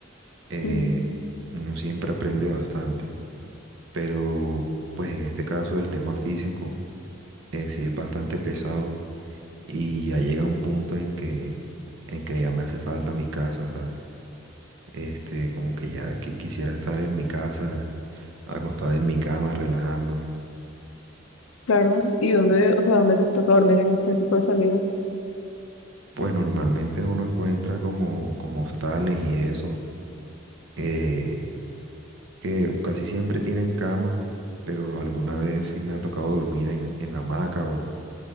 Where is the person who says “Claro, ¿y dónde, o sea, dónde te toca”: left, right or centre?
Left